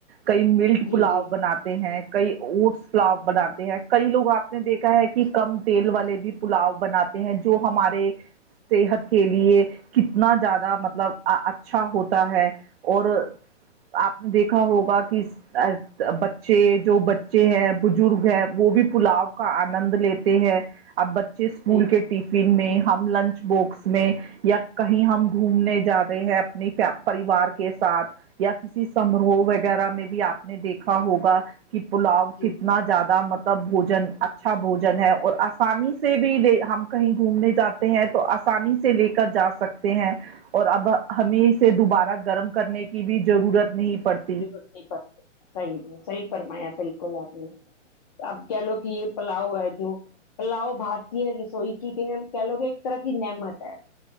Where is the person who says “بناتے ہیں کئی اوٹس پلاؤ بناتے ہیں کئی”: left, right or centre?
Right